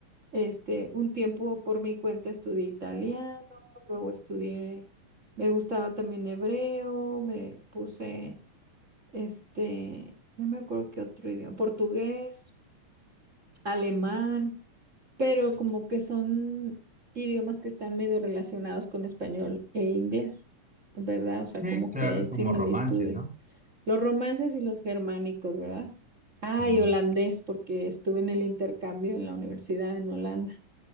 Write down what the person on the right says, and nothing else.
este, un tiempo por mi cuenta estudié italiano, luego estudié, me gustaba también hebreo, me puse este, no me acuerdo qué otro idioma, portugués, alemán, pero como que son idiomas que están medio relacionados con español e inglés, ¿verdad? O sea,
como
que hay similitudes.
Los romances y los germánicos, ¿verdad? Ah,
y holandés, porque estuve en el intercambio en la universidad en Holanda.